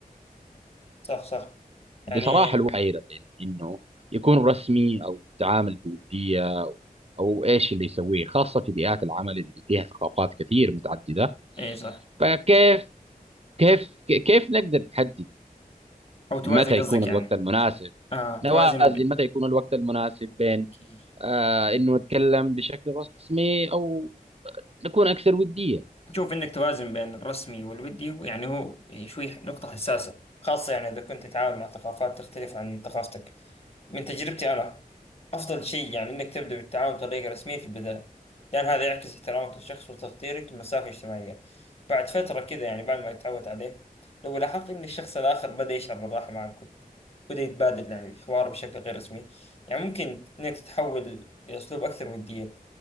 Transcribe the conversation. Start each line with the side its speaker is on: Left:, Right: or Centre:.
Left: صح صح يعني
Right: بصراحة الواحد حيرة بين إنه يكون رسمي أو تعامل بودية أو إيش اللي يسويه خاصة في بيئات العمل اللي فيها ثقافات كثير متعددة
Left: إيه صح
Right: فكيف كيف كيف نقدر نحدد
Left: أو توازن
Right: متى
Left: قصدك
Right: يكون الوقت
Left: يعني
Right: المناسب
Left: آه
Right: نوازن
Left: توازن
Right: متى يكون الوقت المناسب بين
Left: ب...
Right: آه انه نتكلم بشكل رسمي او نكون اكثر ودية
Left: شوف انك توازن بين الرسمي والودي يعني هو شوي نقطة حساسة خاصة يعني اذا كنت تتعامل مع ثقافات تختلف عن ثقافتك من تجربتي انا افضل شيء يعني انك تبدأ بالتعامل بطريقة رسمية في البداية لان هذا يعكس احترامك للشخص وتقديرك للمسافة الاجتماعية بعد فترة كذا يعني بعد ما تتعود عليه لو لاحظت ان الشخص الاخر بدأ يشعر بالراحة معك بدأ يتبادل يعني الحوار بشكل غير رسمي يعني ممكن انك تتحول الى اسلوب اكثر ودية